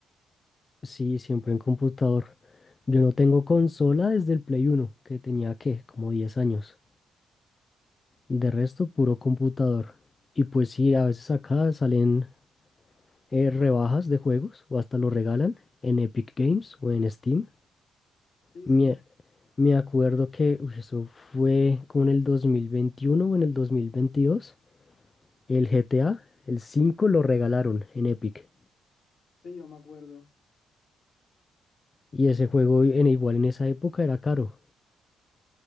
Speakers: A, on the left; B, on the left.
A: Sí, siempre en computador. Yo no tengo consola desde el Play Uno que tenía, ¿qué? Como 10 años. De resto, puro computador. Y pues sí, a veces acá salen eh, rebajas de juegos o hasta lo regalan en Epic Games o en Steam.
B: Sí,
A: Me,
B: sí,
A: me acuerdo que uy, eso fue como en el 2021 o en el 2022. El GTA, el 5 lo regalaron en Epic.
B: sí, yo me acuerdo.
A: Y ese juego en igual en esa época era caro.